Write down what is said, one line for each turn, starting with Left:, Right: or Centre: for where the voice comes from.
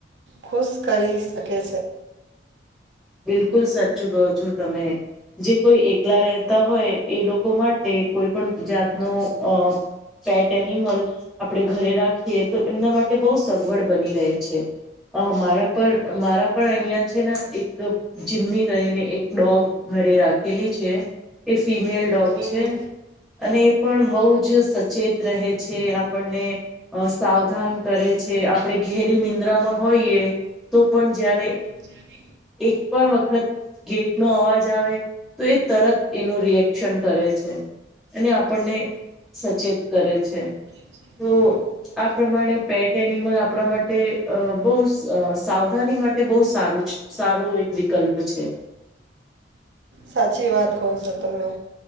Right: ખુશ કરી શકે છે
Centre: બિલકુલ સાચું કો છો તમે જે કોઈ એકલા રહેતા હોય એ લોકો માટે કોઈ પણ જાતનો અ પેટ એનિમલ આપણે ઘરે રાખીએ તો એમના માટે બહુ સગવડ બની રહે છે. હ મારા પર મારા પણ અહિયાં છે ને એક જીમ્મી કરીને એક ડોગ ઘરે રાખેલી છે. એ ફિમેલ ડોગ
Right: હમ
Centre: છે. અને એ પણ બહુ જ સચેત રહે છે, આપણને સાવધાન કરે છે. આપણે ઘેરી નિંદ્રામાં હોઈએ તો પણ જયારે
Right: જ્યારે
Centre: એક પણ વખત ગેટ નો અવાજ આવે તો એ તરત એનું રિએક્શન કરે છે. અને આપણને સચેત કરે છે.
Right: <inaudible>
Centre: તો આ પ્રમાણે પેટ એનિમલ આપણા માટે અ બહુ સ સાવધાની માટે બહુ સારું છ સારો એક વિકલ્પ છે.
Right: સાચી વાત કો છો તમે